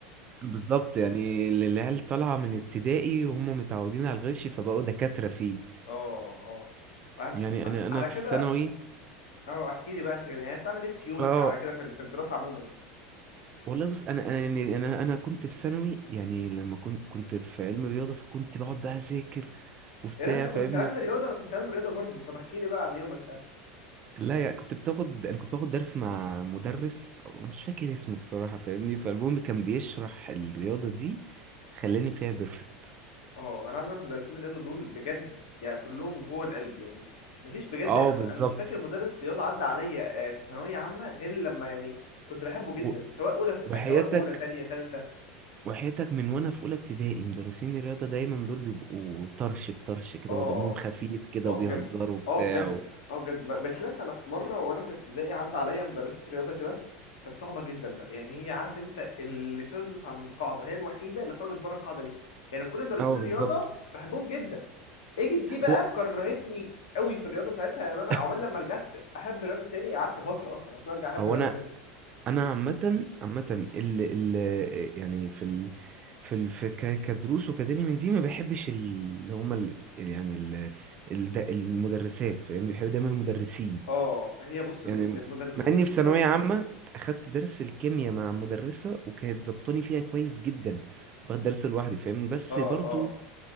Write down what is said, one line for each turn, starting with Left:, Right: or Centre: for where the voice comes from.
Right: بالظبط يعني ال- العيال طالعة من ابتدائي وهم متعودين على الغش فبقوا دكاترة فيه
Left: اه اه وهت-
Right: يعني انا انا
Left: على
Right: في
Left: كده
Right: ثانوي
Left: اه احكي لي بقى انت كده يعني بتعمل ايه في يومك
Right: اه
Left: على كده في ال- في الدراسه عموما يعني
Right: والله بص انا انا يعني يعني انا انا كنت في ثانوي يعني لما كنت كنت في علم رياضه فكنت بقعد بقى اذاكر وبتاع
Left: يعني انت كنت
Right: فاهمني
Left: علم رياضه انا كنت علم رياضه برضه طب احكي لي بقى عن يومك
Right: لا يعني كنت بتاخد انا كنت باخد درس مع مدرس مش فاكر اسمه الصراحه فاهمني فالمهم كان بيشرح الرياضه دي خلاني فيها بيرفكت
Left: اه انا عايز اقولك مدرسين الرياضه دول بجد يعني كلهم جوه القلب يعني مفيش بجد
Right: اه
Left: انا
Right: بالظبط
Left: انا مش فاكر مدرس رياضه عدى عليا آه، في ثانويه عامه غير لما يعني كنت بحبه جدا
Right: و-
Left: سواء اولى
Right: وحياتك
Left: سواء اولى تانية تالتة
Right: وحياتك من وانا في اولى ابتدائي مدرسين الرياضه دايما دول بيبقوا طرش بطرش كده
Left: اه
Right: ودمهم خفيف كده
Left: اه
Right: وبيهزروا
Left: بجد
Right: وبتاع
Left: اه بجد
Right: و...
Left: اه بجد ب- بخلاف انا في مره وانا في ابتدائي عدى عليا مدرسه رياضه كده كانت صعبه جدا بقى يعني هي عارف انت اللي شذت عن القاعده هي الوحيده اللي خرجت بره القاعده دي يعني كل مدرسين
Right: اه
Left: الرياضه
Right: بالظبط
Left: بحبهم جدا اجت دي بقى
Right: هو
Left: كرهتني قوي في الرياضه ساعتها يعني انا
Right: <laughs>
Left: عقبال لما رجعت احب الرياضه تاني قعدت فتره اصلا عشان ارجع احب
Right: هو
Left: الرياضه
Right: انا
Left: تاني
Right: انا عامه عامه ال ال يعني في ال في ال في ك- كدروس وكدني من دي ما بحبش ال- اللي هما ال يعني ال ال ده- المدرسات فاهمني بحب دايما المدرسين
Left: اه هي بص الم-
Right: يعني م-
Left: المدرسين
Right: مع اني
Left: يا اسطى
Right: في ثانويه عامه اخدت درس الكيمياء مع مدرسه وكانت ظبطاني فيها كويس جدا باخد درس لوحدي فاهمني بس
Left: اه
Right: برضو
Left: اه